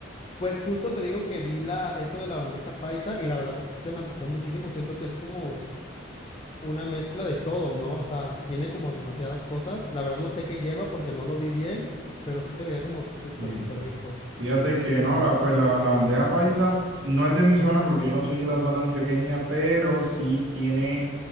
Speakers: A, on the left; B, on the right.
A: Pues justo te digo que vi la, eso de la bandeja paisa y la verdad se me antojó muchísimo. Siento que es como una mezcla de todo, ¿no? O sea, tiene como demasiadas cosas. La verdad no sé qué lleva porque no lo vi bien, pero sí se veía como súper,
B: Sí.
A: súper rico.
B: Fíjate que
A: Ujú.
B: no, la, pues la, la bandeja paisa no es de mi zona porque yo no soy de la zona antioqueña, pero sí tiene,